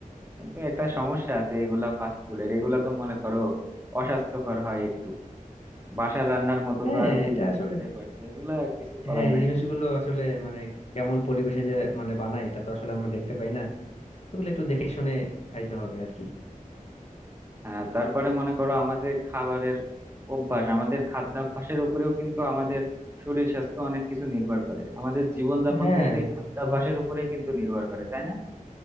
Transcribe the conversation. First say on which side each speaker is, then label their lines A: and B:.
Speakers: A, on the right; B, on the left.
A: কিন্তু একটা সমস্যা আছে এগুলা ফাস্ট ফুডের এগুলা তো মনে করো অস্বাস্থ্যকর হয় একটু বাসার রান্নার মতো
B: হ্যাঁ
A: তো আর বু-
B: এটা আসলে
A: বুঝতেই পারছো এগুলা আর কিছু করার
B: হ্যাঁ এই
A: নাই
B: জিনিসগুলো আসলে মানে কেমন পরিবেশে যে মানে বানায় এটা তো আসলে আমরা দেখতে পাই না ওগুলো একটু দেখে শুনে খাইতে হবে আর কি
A: আহ, তারপরে মনে করো আমাদের খাবারের অভ্যাস আমাদের খাদ্যাভ্যাসের উপরেও কিন্তু আমাদের শরীর স্বাস্থ্য অনেক কিছু নির্ভর করে আমাদের জীবনযাপন
B: হ্যাঁ
A: কিন্তু এই খাদ্যাভ্যাসের উপরেই কিন্তু নির্ভর করে তাই না